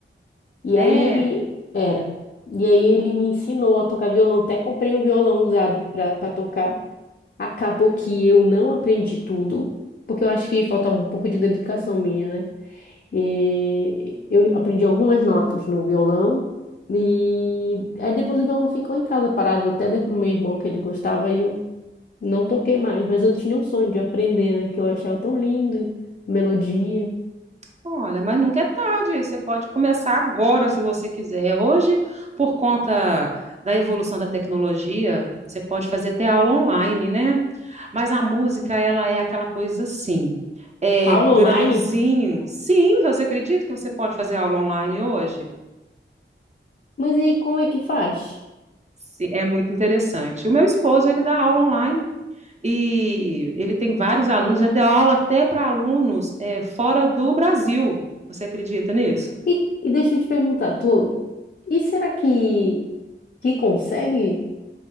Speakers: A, on the left; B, on the right.
A: E
B: É,
A: aí ele era. E aí ele me ensinou a tocar violão. Até comprei um violão usado para tocar. Acabou que eu não aprendi tudo, porque eu acho que faltava um pouco de dedicação minha, né? E eu aprendi algumas notas no violão. E aí depois o violão ficou em casa parado. Eu até dei pro meu irmão que ele gostava e eu não toquei mais. Mas eu tinha um sonho de aprender, né? Que eu achava tão lindo, melodia.
B: Olha, mas nunca é tarde, você pode começar agora se você quiser. Hoje, por conta da evolução da tecnologia, você pode fazer até aula online, né? Mas a música, ela é aquela coisa assim, é
A: Aula
B: grãozinho.
A: online?
B: Sim, você acredita que você pode fazer aula online hoje?
A: Mas aí como é que faz?
B: Sim, é muito interessante. O meu esposo, ele dá aula online e ele tem vários alunos, já deu aula até para alunos eh, fora do Brasil. Você acredita nisso?
A: E, e deixa eu te perguntar, tu, e será que, que consegue?